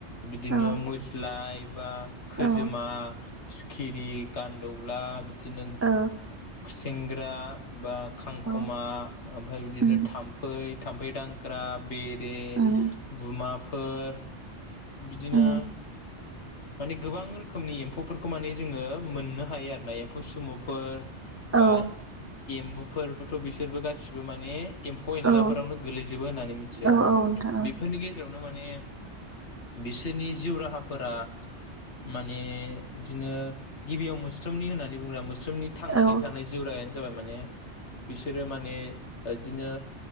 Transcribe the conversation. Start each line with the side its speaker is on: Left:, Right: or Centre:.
Left: बिदिनो
Right: औ
Left: मोज्लाय बा खोजोमा।
Right: औ
Left: सिखिरि गान्दौला बिदिनो
Right: औ
Left: खुसेंग्रा बा खांख'मा
Right: औ
Left: ओमफ्राय बिदिनो
Right: उम
Left: थाम्फै-थाम्फै दांग्रा बे रे
Right: उम
Left: गुमाफोर बिदिनो।
Right: उम
Left: माने गोबां रोखोमनि एम्फौफोरखौ माने जोङो मोननो हायो आरो ना एम्फौ सुमुफोर। बा
Right: औ
Left: एम्बुफोरबोथ' बिसोरबो गासिबो माने। एम्फौ एनलाफोरावनो
Right: औ
Left: गोलैजोबो होननानै मिथिया
Right: औ औ नोंथां
Left: बेफोरनि गेजेरावनो नो माने बिसोरनि जिउ राहाफोरा। माने इदिनो गिबियाव मोस्रोमनि होननानै बुंओब्ला मो नि जोंनि थांनानै
Right: औ
Left: थानाय जिउ राहाआनो जाबाय माने। बिसोरो माने ओदिनो